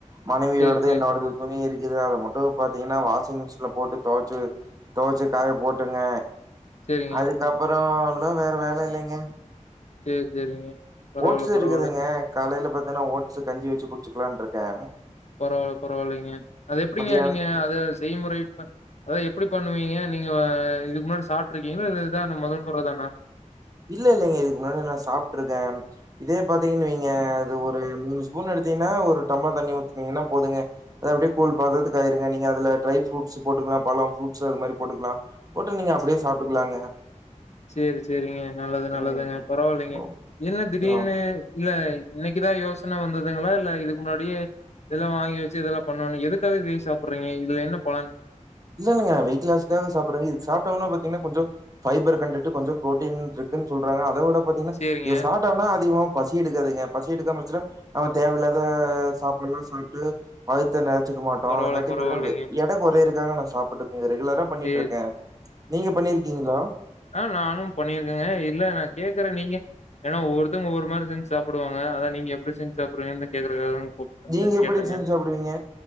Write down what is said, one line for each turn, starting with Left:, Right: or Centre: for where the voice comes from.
Right: மனைவியோடது
Left: சேரி சேரிங்க
Right: என்னோடது துணி இருக்குது அத மட்டு பாத்தீங்கன்னா வாஷிங் மிஷின்ல போட்டு தொவச்சு தொவச்சு காய போட்டுங்க
Left: சேரிங்க
Right: அதுக்கப்புறோ இல்ல வேற வேல இல்லைங்க
Left: சேர் சேரிங்க பரவால்ல
Right: ஓட்ஸு
Left: பரவால்ல
Right: இருக்குதுங்க காலைல பாத்தன்னா ஓட்ஸு கஞ்சி வச்சு குடிச்சுக்கலாருக்கே
Left: பரவா இல்ல பரவா இல்லைங்க அது எப்டிங்க
Right: மதியானம்
Left: நீங்க அத செய்முறைப்ப அதா எப்டி பண்ணுவீங்க நீங்க வ இதுக்கு முன்னாடி சாப்ட்டுருக்கீங்களா இல்ல இதுதா முதல் முற தானா
Right: இல்ல இல்லங்க இதுக்கு முன்னாடி நா சாப்ட்ருக்கே இதே பாத்தீங்கன் வைங்க அது ஒரு மூணு ஸ்பூன் எடுத்தீங்கன்னா ஒரு டம்ளர் தண்ணி ஊத்துனிங்கனா போதுங்க அத அப்டியே கூல் பததுக்கு ஆயிருங்க நீங்க அதுல டிரை ஃப்ரூட்ஸ் போட்டுக்கலா பழம் ஃப்ரூட்ஸ் அது மாரி போடுக்லா போட்டு நீங்க அப்டியே சாப்ட்டுக்கலாங்க
Left: சேரி சேரிங்க நல்லது நல்லதுங்க
Right: ம்
Left: பரவா இல்லைங்க
Right: ஓ
Left: என்ன திடீனு
Right: ஆ
Left: இல்ல இன்னைக்குதா யோசன வந்துதுங்களா இல்ல இதுக்கு முன்னாடியே இதெல்லா வாங்கி வச்சு இதெல்லா பண்ணணு எதுக்காக இது சாப்டுறீங்க இதுல என்ன பலன்
Right: இல்ல இல்லங்க வெயிட்லாஸ் தானே சாப்ட்றே இது சாப்டோன பாத்தீங்ன்னா கொஞ்சோ ஃபைபர் கண்டுட்டு கொஞ்சோ புரோட்டீன் இருக்குன் சொல்றாங்க அத விட பாத்தீங்ன்னா
Left: சரிங்க.
Right: இத சாப் ப்டோனா அதிகமா பசி எடுக்காதுங்க பசி எடுக்காம இஞ்ச்சுனா அவ தேவ இல்லாத சாப்னு சொல்ட்டு வகுத்த நெறச்சுக்க மாட்டோ
Left: பரவால்ல,
Right: அதுங்காட்டி
Left: பரவால்லைங்க.
Right: பாதிங்னா வெ எட கொறையிறகாக நா சாப்பிட்டுக்கங்க ரெகுலரா பண்ணிட்டு
Left: சரி,
Right: இருக்கே நீங்க பண்ணிருக்கீங்களா
Left: அ நானு பண்ணிருக்கேங்க இல்ல நா கேக்குற நீங்க ஏனா ஒவ்வொர்தங் ஒவ்வொரு மாரி செஞ்சு சாப்புடுவாங்க அதா நீங்க எப்டி செஞ்சு சாப்புடுவீங்கன் தா கேக்குறதுக்காக தா கூப் வந்து
Right: நீங்க எப்டி
Left: கேட்டேங்க
Right: செஞ்சு சாப்டுவீங்க